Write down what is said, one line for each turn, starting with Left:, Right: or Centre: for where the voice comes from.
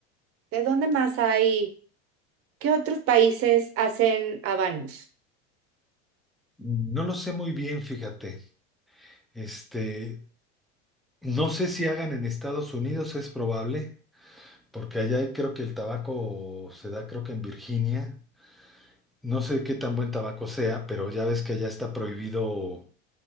Right: ¿de dónde más hay? ¿Qué otros países hacen habanos?
Centre: No lo sé muy bien, fíjate. Este, no sé si hagan en Estados Unidos, es probable, porque allá hay- creo que el tabaco se da, creo que en Virginia. No sé qué tan buen tabaco sea, pero ya ves que allá está prohibido,